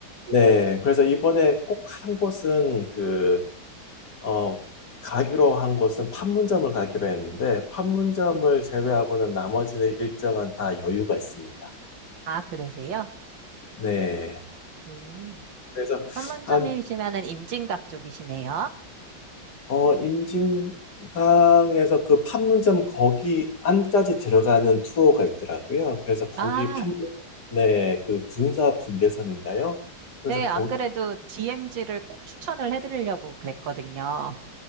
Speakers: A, on the left; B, on the right.
A: 네. 그래서 이번에 꼭 한 곳은 그 어, 가기로 한 곳은 판문점을 가기로 했는데, 판문점을 제외하고는 나머지는 일정은 다 여유가 있습니다.
B: 아, 그러세요?
A: 네.
B: 음,
A: 그래서
B: 판문점이시면은
A: 한,
B: 임진각 쪽이시네요.
A: 어, 임진강에서 그 판문점 거기 안까지 들어가는 투어가 있더라고요. 그래서 거기
B: 아,
A: 판문, 네, 그 군사 분계선인가요? 그래서
B: 네,
A: 거기,
B: 안 그래도 DMZ를 꼭 추천을 해드리려고 그랬거든요.